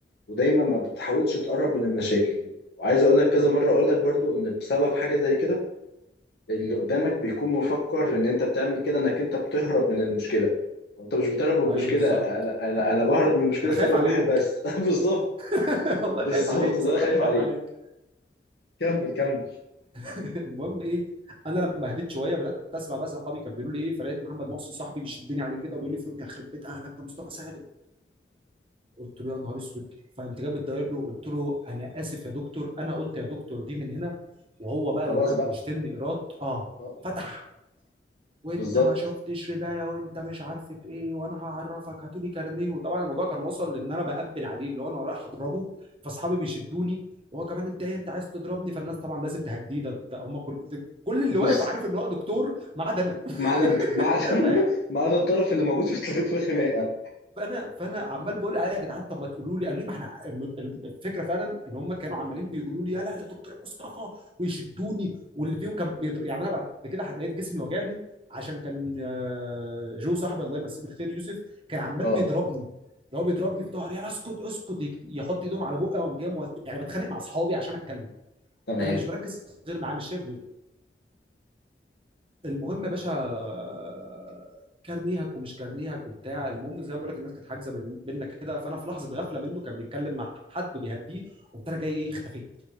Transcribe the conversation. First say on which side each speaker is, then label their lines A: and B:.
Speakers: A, on the left; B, on the right.
A: ودايما ما بتحاولش تقرب من المشاكل وعايز اقول لك كذا مره اقول لك برضو ان بسبب حاجه زي كده اللي قدامك بيكون مفكر ان انت بتعمل كده انك انت بتهرب من المشكله وانت مش بتهرب من المشكله
B: ايوه بالظبط
A: انا انا انا بهرب من المشكله
B: انا
A: لسبب
B: خايف عليك
A: واحد بس <laughs> بالظبط
B: <laughs> والله
A: بالظبط
B: خايف عليك
A: ده
B: صدقني
A: انا خايف
B: خايف
A: عليك
B: عليك
A: كمل كمل
B: <laughs> المهم ايه انا لما هديت شويه بدات اسمع بقى صحابي كانوا بيقولوا لي ايه فلقيت محمد محسن صاحبي بيشدني عليه كده وبيقول لي فودني يخرب بيت اهلك ده مصطفى سالم قلت له يا نهار اسود فقمت جامد داير له قلت له انا اسف يا دكتور انا قلت يا دكتور دي من هنا وهو بقى
A: خلاص
B: لو كان
A: بقى
B: بيشتمني ايراد اه
A: اه
B: فتح وانت
A: بالظبط
B: ما شفتش ربايه وانت مش عارف ايه وانا هعرفك هاتولي كارنيه وطبعا الموضوع كان وصل لان انا بقبل عليه اللي هو انا رايح اضربه فاصحابي بيشدوني وهو كمان انت ايه انت عايز تضربني فالناس طبعا لازم تهديه ده, ده هم كل, ده كل اللي واقف
A: بز...
B: عارف ان هو دكتور ما عدا انا <laughs>
A: ما عدا انت ما عدا
B: ده
A: <laughs>
B: فاهم
A: ما عدا الطرف اللي موجود في في الخناقه
B: فانا فانا عمال بقول عليها يا جدعان طب ما تقولوا لي قالوا لي ما احنا الم- الفكره فعلا ان هم كانوا عمالين بيقولوا لي يلا ده دكتور مصطفى ويشدوني واللي فيهم كان بيضر يعني انا بعد كده لقيت جسمي وجعني عشان كان آه، جو صاحبي الله يمسيه بالخير يوسف كان عمال
A: اه
B: بيضربني اللي هو بيضربني في ظهري يا اسكت اسكت يك- يحط ايدهم على بقي وقام جاي مو- يعني بتخانق مع اصحابي عشان اتكلم
A: تمام
B: انا مش مركز غير معاه مش شايف غيره المهم يا باشا آه، كارنيهك ومش كارنيهك وبتاع المهم زي ما بقول لك الناس كانت حاجزه بين- بينا كده فانا في لحظه غفله منه كان بيتكلم مع حد وبيهديه قمت انا جاي ايه اختفيت